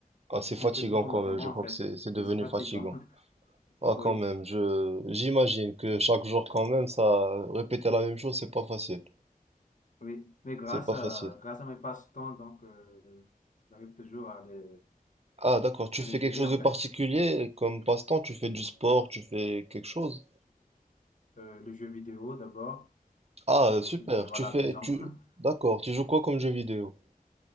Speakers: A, on the right; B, on the left.
A: Ah, c'est fatigant
B: ce n'était plus comme
A: quand
B: avant,
A: même. Je crois
B: en fait.
A: que c'est, c'est devenu
B: Oui, c'est fatigant.
A: fatigant.
B: <laughs>
A: Ah,
B: Oui.
A: quand même, je, j'imagine que chaque jour, quand même, ça, répéter la même chose, c'est pas facile.
B: Oui, mais grâce
A: C'est pas
B: à,
A: facile.
B: grâce à mes passe-temps, donc, euh, j'arrive toujours à les,
A: Ah, d'accord. Tu
B: le
A: fais
B: gérer
A: quelque chose
B: en
A: de particulier
B: fait.
A: comme passe-temps? Tu fais du sport? Tu fais quelque chose?
B: Euh, le jeu vidéo d'abord,
A: Ah,
B: parce
A: euh,
B: que
A: super.
B: je suis toujours
A: Tu
B: à la
A: fais,
B: maison.
A: tu,
B: <laughs>
A: d'accord. Tu joues quoi comme jeu vidéo?